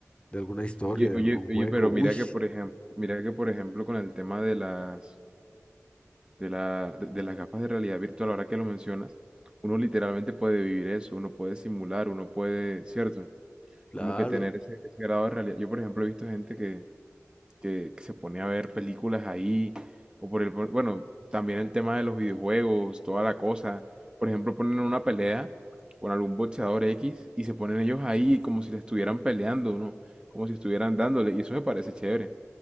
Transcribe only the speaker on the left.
de alguna historia,
de
algún
juego.
Uy,
claro.